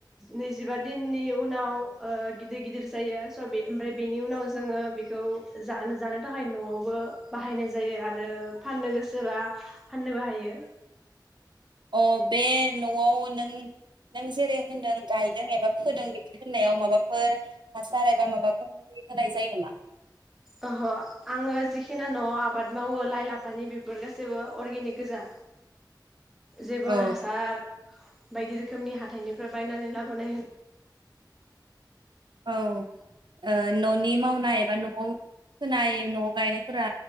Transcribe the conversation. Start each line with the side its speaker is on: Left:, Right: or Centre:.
Centre: नैजिबा दिननि उनाव ओ गिदिर गिदिर जायो स बे ओमफ्राय बेनि उनाव जोङो बेखौ जानो थाखाय नआवबो बाहायनाय जायो आरो फाननो गोसोबा फाननोबो हायो।
Right: अ बे न'आव नों नों जेरै होनदों गायदों एबा फोदों बिदि होननायाव माबाफोर हासार एबा माबाफोर होनाय जायो नामा?
Centre: ओहो आङो जिखिनि न'आव आबाद मावो लाइ लाफानि बेफोर गासैबो अर्गेनिक गोजा। जेबो
Right: औ
Centre: हासार बायदि रोखोमनि हाथाइनिफ्राय बायनानै लाबोनाय होनो
Right: औ ओ न' नि मावनाय एबा न'आव फोनाय न'आव गायनायफोरा